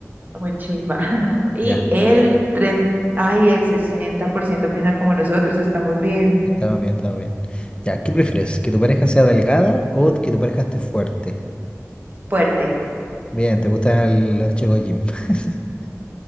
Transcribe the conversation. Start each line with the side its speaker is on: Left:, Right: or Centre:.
Right: muy chimba. <laughs> Y
Left: Ya,
Right: el 30, ay, el 60% piensa como nosotros, estamos bien
Left: estamos bien, estamos bien. Ya, ¿qué prefieres? ¿Que tu pareja sea delgada o que tu pareja esté fuerte?
Right: fuerte.
Left: Bien, ¿te gustan los chicos gym? <laughs>